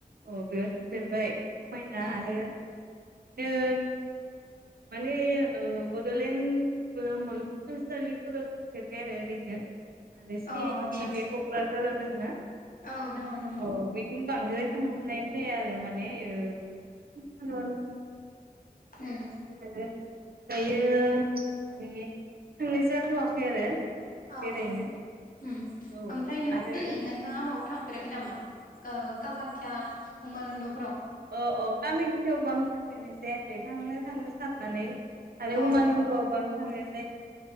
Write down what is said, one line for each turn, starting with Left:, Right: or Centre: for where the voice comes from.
Right: औ बेयाव थां होफेरबाय समायना
Left: उम
Right: आरो बिदिनो माने ओ बड'लेण्ड बेफोराव मुलुगसोलोंसालिफोराव थां फेरबाय आरो ओरैनो आरो सि
Left: अ आतसा
Right: आइ टि बे क'क्राझाराव दोङो ना?
Left: औ दङ दं
Right: औ बिथिं बांद्राय थांनाय दे आरो माने ओ किसिमान
Left: ओं
Right: आरो दायो माने थांनाय जाथवाखै आरो
Left: अ
Right: बेरायनो
Left: अ ओम
Right: औ
Left: ओमफ्राय नों
Right: आरो दा
Left: नोंथाङा माबायाव थां फेराखै नामा ओ कामाख्या उमानन्द।
Right: अ अ कामाख्यावबो आं थांफेरनाय जायाखै थांनो थांनो साननानै। आरो
Left: अ
Right: उमानन्दआवबो आं थांनाय जायाखै